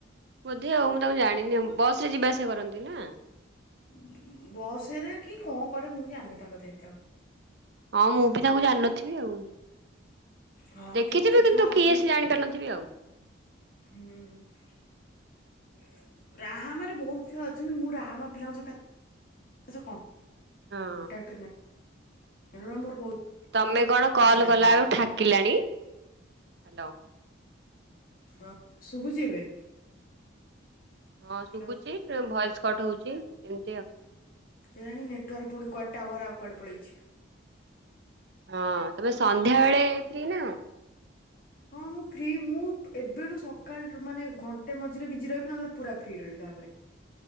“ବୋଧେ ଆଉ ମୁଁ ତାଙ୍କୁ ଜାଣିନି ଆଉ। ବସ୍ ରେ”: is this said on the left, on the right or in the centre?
Right